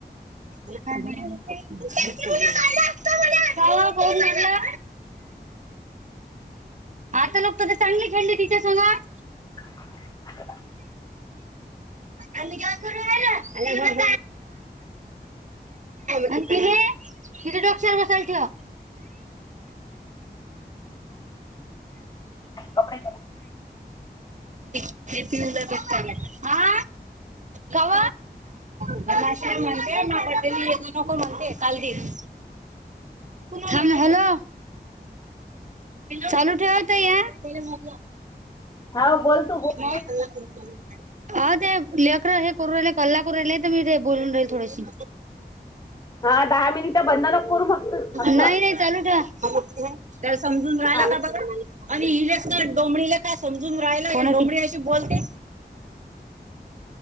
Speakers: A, on the right; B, on the left.
A: <unintelligible> चा वं फोन लागला. आता नको तुझे चांगले खेळली तिच्या सोबत
B: <unintelligible>
A: आम्ही काय करू राहला आणि ते हे हित डोस्क्यावर बसायला ठेवा.
B: कपडे
A: <unintelligible> आ काव काशलामाया बडेला येऊ नको म्हणते काल दिन थांब ना हॅलो चालू ठेव ताई हं
B: हा बोल तू बोल
A: हो अ ते लेकर हे करू राहिले कल्ला करू राहिलेय तर मी ते बोलून राहील थोडेशी
B: हा दहा मिनिटं बंद नको करू फक्त फक्त
A: नाही नाही चालू ठेवा. त्याला समजून राहिला
B: हा
A: का बघा आणि हिलेस काय डोमणीला का समजून राहिला या डोबली ती बोलते